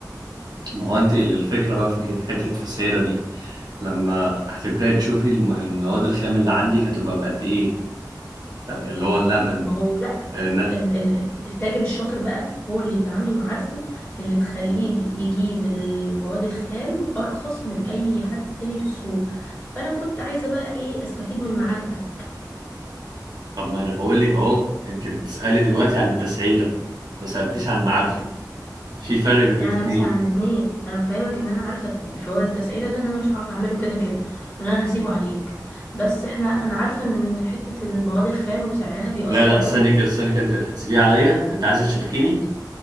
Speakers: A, on the right; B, on the left.
A: ما هو انت الفكره بقى في ايه في حته التسعيره دي لما هتبداي تشوفي الم- المواد الخام اللي عندك هتبقى بقد ايه اللي هو اللبن
B: ما هو لا
A: إن-
B: ال- ال- ال- التاجر الشاطر بقى هو اللي يبقى عنده معارفه اللي تخليه يجيب المواد الخام ارخص من اي حد تاني في السوق فانا كنت عايزه بقى ايه استفيد من معارفك
A: طب ما انا بقول لك اهو انت بتسالي دلوقتي عن التسعيره ما سالتيش عن معارفي في فرق بين
B: لا
A: الاتنين
B: انا بسأل عن الاتنين انا بفهمك ان انا عارفه حوار التسعيره ده ان انا مش هعرف اعمله كده كده وان انا هسيبه عليك بس احنا انا عارفه ان حته المواد الخام وسعرها بيأثر
A: لا لا
B: قوي
A: استني كده استني كده انت هتسيبيه عليا انت عايز تشاركيني